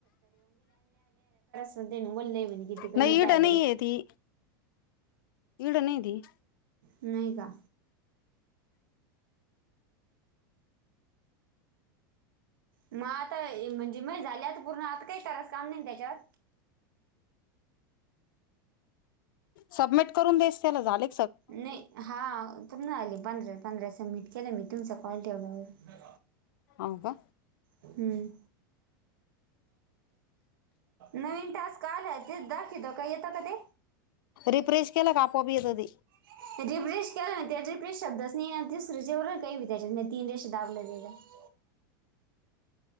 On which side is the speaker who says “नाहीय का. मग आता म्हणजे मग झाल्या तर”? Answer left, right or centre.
Right